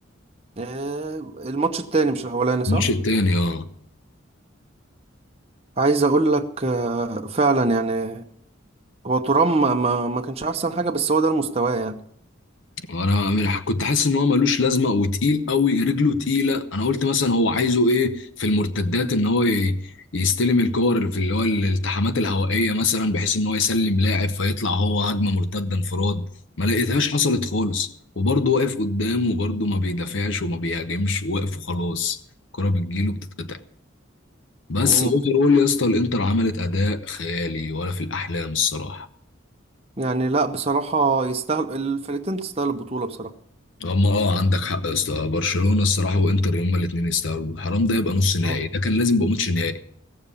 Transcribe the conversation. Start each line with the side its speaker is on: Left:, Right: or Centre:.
Right: آه، الماتش التاني مش الاولاني صح
Left: الماتش التاني اه
Right: عايز اقول لك آه، فعلا يعني هو ترام ما ما ما كانش احسن حاجه بس هو ده المستوى يعني
Left: وانا م- كنت حاسس ان هو ملوش لازمه وتقيل قوي رجله تقيله انا قلت مثلا هو عايزه ايه في المرتدات ان هو ي- يستلم الكور في اللي هو الالتحامات الهوائيه مثلا بحيث ان هو يسلم لاعب فيطلع هو هجمه مرتده انفراد ما لقيتهاش حصلت خالص وبرضه واقف قدام وبرضه ما بيدافعش وما بيهاجمش واقف وخلاص الكره بتجيله بتتقطع بس
Right: مم.
Left: اوفر اول يا اسطى الانتر عملت اداء خيالي ولا في الاحلام الصراحه
Right: يعني لا بصراحة يستاهل الفرقتين تستاهل البطولة بصراحة
Left: هم اه عندك حق يا اسطى برشلونه الصراحه وانتر هما الاثنين يستاهلوا حرام ده يبقى نص نهائي
Right: اه
Left: ده كان لازم يبقى ماتش نهائي